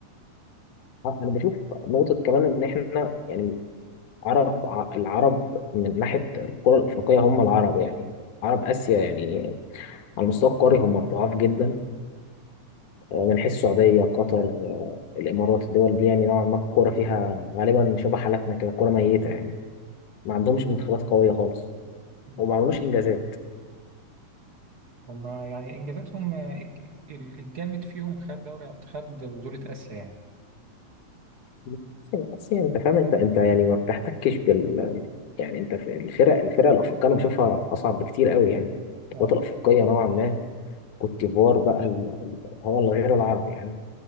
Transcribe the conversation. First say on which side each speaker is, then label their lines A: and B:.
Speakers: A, on the left; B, on the right.
A: انا بشوف نقطة كمان ان احنا يعني عرب ع- العرب من ناحية الكرة الافريقية هم العرب يعني عرب اسيا يعني على المستوى القاري هم ضعاف جدا آه، من حيث السعودية قطر آه، الامارات الدول دي يعني نوعا ما الكورة فيها غالبا شبه حالتنا كده كورة ميتة يعني ما عندهمش منتخبات قوية خالص
B: مم.
A: وما عملوش انجازات
B: هما يعني إنجازاتهم آه، الك- ال- الجامد فيهم خد دوري خد بطولة آسيا يعني
A: بس يعني، بس يعني انت فاهم انت انت يعني ما بتحتكش بال يعني انت في الفرق الفرق الافريقيه انا بشوفها اصعب بكتير قوي يعني القوات
B: آه.
A: الافريقيه نوعا ما كوت ديفوار بقى ال- ال- اللي هو الغير العربي يعني